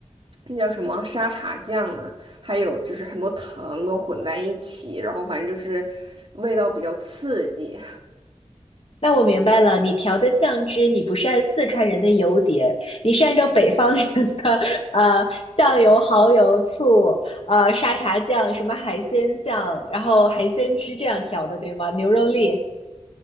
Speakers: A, on the right; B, on the left.
A: 那叫什么沙茶酱啊，还有就是很多糖都混在一起，然后反正就是味道比较刺激。
B: 那我明白了，你调的酱汁，你不是按四川人的油碟，你是按照北方人的呃酱油、蚝油、醋、呃沙茶酱、什么海鲜酱，然后海鲜汁这样调的，对吗？牛肉粒。